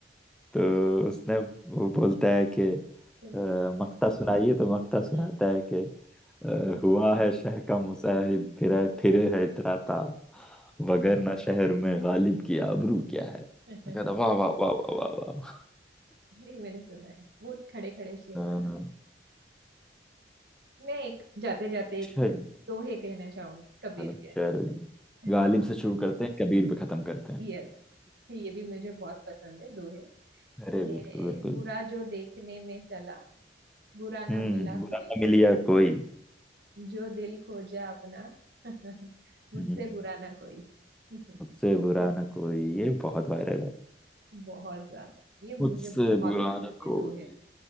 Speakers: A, in the centre; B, on the right (about 60°).
A: तो उसने वो बोलता है कि अ,
B: चलो।
A: मक्ता सुनाइए तो मक्ता सुनाता
B: हम्म,
A: है कि अ, हुआ है शह का मुसाहिब फिरे फिरे है इतराता वगर ना शहर में गालिब की आबरू क्या है
B: हम्म,
A: मैं कहता वाह वाह वाह वाह वाह वाह
B: नहीं मैंने सुना है वो खड़े खड़े शेर
A: वाह।
B: बना है।
A: अ,
B: मैं एक जाते जाते एक
A: अच्छा
B: दोहे कहना चाहूंगी कबीर
A: हेलो
B: के
A: चलो जी गालिब
B: हाँ
A: से शुरू करते हैं कबीर पे खत्म करते हैं
B: यस ये भी मुझे बहुत पसंद है दोहे
A: अरे
B: ये
A: बिल्कुल बिल्कुल
B: बुरा जो देखने में चला बुरा
A: हम्म
B: ना मिला
A: बुरा
B: कोई
A: ना मिलिया कोई
B: जो दिल खोजा अपना <laughs> मुझसे
A: हम्म,
B: बुरा ना कोई <laughs>
A: मुझसे बुरा ना कोई ये बहुत वायरल है
B: बहुत ज्यादा ये मुझे
A: मुझसे
B: बहुत
A: बुरा
B: पसंद
A: न
B: है
A: कोई
B: दोहे में।